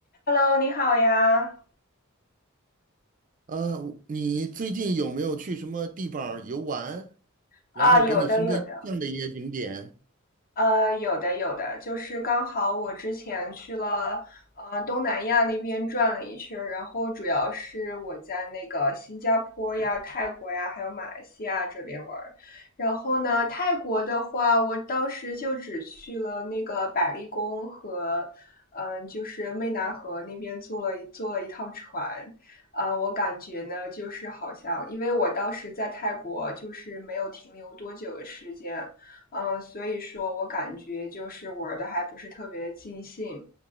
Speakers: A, on the left; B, on the right.
A: Hello，你好呀！
B: 呃，你最近有没有去什么地方儿游玩，
A: 啊，
B: 然后给你深刻印象的一些景点？
A: 有的有的，呃，有的有的，就是刚好我之前去了，呃，东南亚那边转了一圈儿，然后主要是我在那个新加坡呀、泰国呀，还有马来西亚这边玩儿。然后呢，泰国的话，我当时就只去了那个百丽宫和，嗯、呃就是湄南河那边坐了一坐了一趟船。呃，我感觉呢，就是好像，因为我当时在泰国就是没有停留多久的时间，嗯，所以说我感觉就是玩的还不是特别的尽兴，